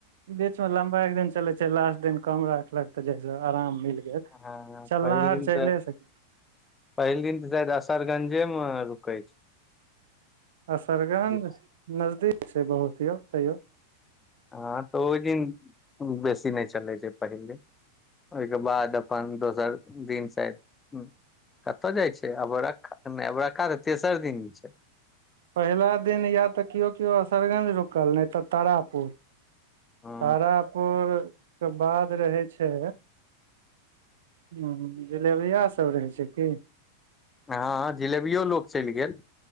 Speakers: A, on the right (about 60°); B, on the left (about 15°).
A: बीच में लम्बा एक दिन चले छै लास्ट दिन कम राखलक तऽ लास्ट दिनआराम मिलगेल
B: हँ
A: चलना
B: पहिल
A: हर
B: दिन
A: चले
B: तऽ
A: सक
B: पहिल दिन तऽ शायद असरगंजे मे रुकै छैय
A: असरगंज
B: छै
A: नजदीक छै बहुत यौ तैयो
B: हँ तऽ ओहि दिन बेसी नहि चलैत छै पहिल दिन ओहिके बाद अपन दोसर दिन ताकि कत जाइ छै अबरकखा तऽ तेसर दिन छैय
A: पहिला दिन या तऽ केओ केओ असरगंज रुकल नहि तऽ तारापुर
B: हँ
A: तारापोके बाद रहै छै हँ जिलबिया सब रहै छै की
B: हँ जिलेबियो लोकोग चलि गेल